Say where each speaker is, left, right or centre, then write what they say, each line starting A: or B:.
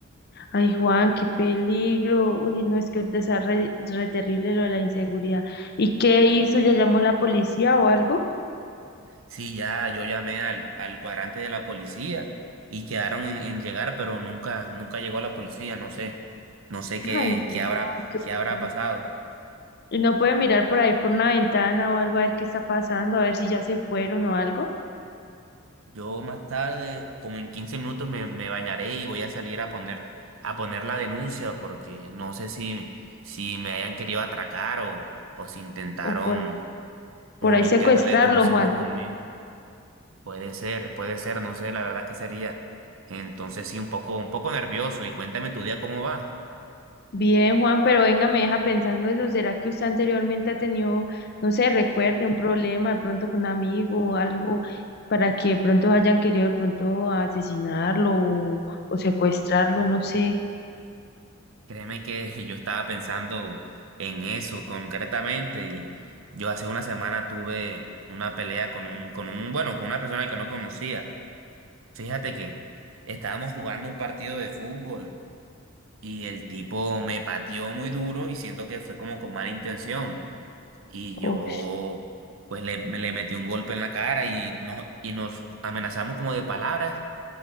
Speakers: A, on the left; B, on the right.
A: Ay Juan, qué peligro. Uy, no, es que ahorita está re, re terrible lo de la inseguridad. ¿Y qué hizo? ¿Ya llamó la policía o algo?
B: Sí, ya, yo llamé al, al cuadrante de la policía y quedaron en, en llegar, pero nunca, nunca llegó la policía, no sé, no sé qué,
A: Ay,
B: qué
A: no,
B: habrá,
A: qué peligro.
B: qué habrá pasado.
A: ¿Y no puede mirar por ahí por una ventana o algo a ver qué está pasando, a ver si ya se fueron o algo?
B: Yo más tarde, como en 15 minutos, me, me bañaré y voy a salir a poner, a poner la denuncia, porque no sé si, si me hayan querido atracar o, o si intentaron
A: O por,
B: un
A: por ahí
B: intento
A: secuestrarlo,
B: de homicidio
A: Juan.
B: conmigo. Puede ser, puede ser, no sé, la verdad que sería. Entonces sí, un poco, un poco nervioso. Y cuéntame tu día cómo va.
A: Bien, Juan, pero venga, me deja pensando eso. ¿Será que usted anteriormente ha tenido, no sé, recuerde un problema de pronto con un amigo o algo para que de pronto hayan querido de pronto asesinarlo o, o secuestrarlo? No sé.
B: Créeme que <laughs> yo estaba pensando en eso concretamente y yo hace una semana tuve una pelea con un, con un, bueno, con una persona que no conocía. Fíjate que estábamos jugando un partido de fútbol y el tipo me pateó muy duro y siento que fue como con mala intención y yo
A: Uf,
B: pues le, me- le metí un golpe en la cara y, no, y nos amenazamos como de palabras.